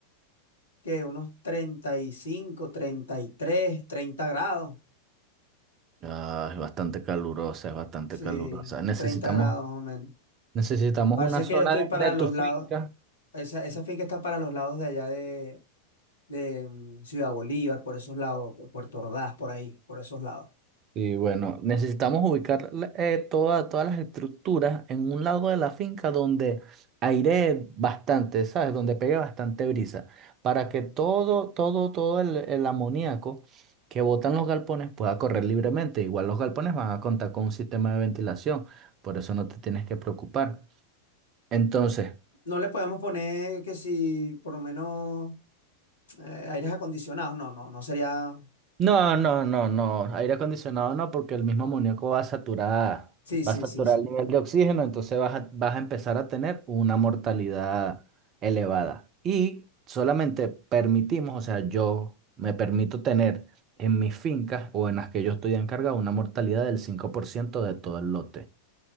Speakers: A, on the left; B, on the right.
A: que Unos treinta treinta y cinco treinta y tres treinta grados.
B: Ah, es bastante calurosa, es bastante
A: Sí,
B: calurosa. Necesitamos,
A: 30 grados más o menos.
B: necesitamos
A: Parece
B: una zona
A: que yo estoy para
B: de de
A: los
B: tu finca.
A: lados, esa, esa finca está para los lados de allá de, de mm, Ciudad Bolívar, por esos lados, pu- Puerto Ordaz, por ahí, por esos lados.
B: Y bueno, necesitamos ubicar la- eh, toda- todas las estructuras en un lado de la finca donde airee bastante, ¿sabes? Donde pegue bastante brisa, para que todo, todo, todo el, el amoníaco que botan los galpones pueda correr libremente. Igual los galpones van a contar con un sistema de ventilación, por eso no te tienes que preocupar. Entonces,
A: No le podemos poner que si por lo menos eh, aires acondicionados, no, no, no sería...
B: No, no, no, no. Aire acondicionado no, porque el mismo amoníaco va a saturar,
A: Sí, sí,
B: va a saturar
A: sí, sí.
B: el nivel de oxígeno, entonces vas a, vas a empezar a tener una mortalidad elevada. Y solamente permitimos, o sea, yo me permito tener en mis fincas o en las que yo estoy encargado una mortalidad del 5% de todo el lote.